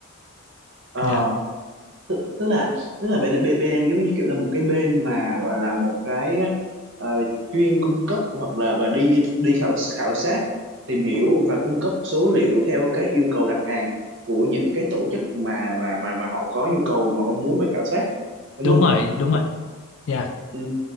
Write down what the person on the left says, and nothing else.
dạ
đúng
rồi đúng rồi dạ